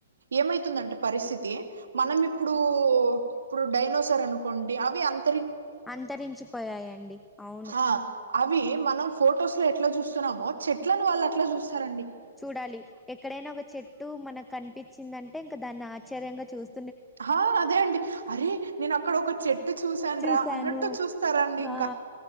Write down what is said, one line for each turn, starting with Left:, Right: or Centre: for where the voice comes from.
Right: ఏమైతుందంటే పరిస్థితి మనం ఇప్పుడు ఇప్పుడు డైనోసర్ అనుకోండి అవి అంత్
Centre: అంతరించిపోయాయండి అవ్
Right: ఆ అవి మనం ఫొటోస్ లో ఎట్లా చూస్సన్నామో చెట్లను వాళ్ళు అట్లా చూస్సారండి
Centre: చూడాలి ఎక్కడైనా ఒక చెట్టు మనకు కనిపిచ్చిందంటే ఇంకా దాన్ని ఆశ్చర్యంగా చూస్
Right: హా అదే అండి అరేయ్ నేను అక్కడ ఒక చెట్టు చూశాన్రా
Centre: చూసాను
Right: అన్నట్టు చూస్ స్తారాండి ఇంకా
Centre: ఆ